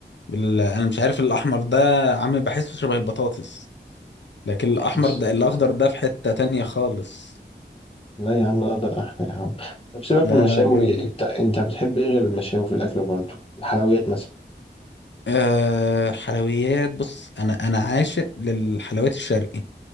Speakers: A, on the left (about 75°); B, on the left (about 30°).
A: بال... انا مش عارف الاحمر ده عامل بحسه شبه البطاطس لكن
B: بطاطس
A: الأحمر ده الأخضر ده في حتة تانية خالص
B: لا يا عم الاخضر احلى يا عم طب سيبك
A: لا
B: من المشاوي
A: لا جامد
B: انت انت بتحب ايه غير المشاوي في الاكل برضه الحلويات مثلا
A: أه حلويات بص أنا أنا عاشق للحلويات الشرقي